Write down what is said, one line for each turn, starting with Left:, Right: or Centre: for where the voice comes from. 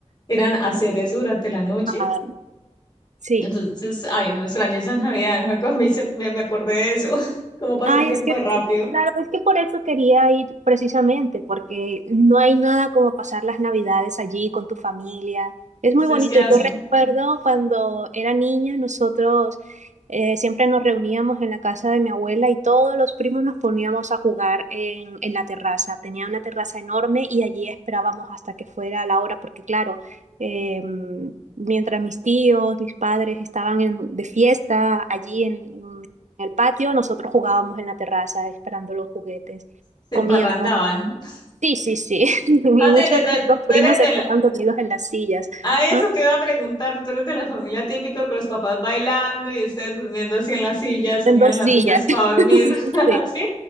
Left: eran hacer eso durante la noche.
Right: ah, sí.
Left: Entonces, ay, no extraño esas navidades, <laughs> me, acu- me, hice- me- me acordé de eso, <laughs> cómo pasa
Right: Ay,
Left: el tiempo
Right: es que,
Left: de rápido.
Right: claro, es que por eso quería ir precisamente, porque no hay nada como pasar las Navidades allí con tu familia. Es
Left: ¿Ustedes
Right: muy bonito.
Left: qué hacen?
Right: Yo recuerdo cuando era niña, nosotros eh, siempre nos reuníamos en la casa de mi abuela y todos los primos nos poníamos a jugar en, en la terraza. Tenía una terraza enorme y allí esperábamos hasta que fuera la hora, porque claro, em, mientras mis tíos, mis padres estaban en- de fiesta allí en en el patio, nosotros jugábamos en la terraza esperando los juguetes,
Left: Se
Right: comíamos.
Left: emparrandaban. <laughs>
Right: Sí, sí, sí. <laughs>
Left: O
Right: Y muchos
Left: sea que tú
Right: de nuestros
Left: tú
Right: primos
Left: eres
Right: se
Left: de la,
Right: quedaban dormidos en las sillas,
Left: Ah, eso
Right: ¿ah?
Left: te iba a preguntar. Tú eres de la familia típico con los papás bailando y ustedes durmiendo así en las sillas,
Right: En
Left: unían
Right: dos
Left: las
Right: sillas.
Left: sillas para
Right: <laughs>
Left: dormir. <laughs>
Right: Sí.
Left: ¿Sí?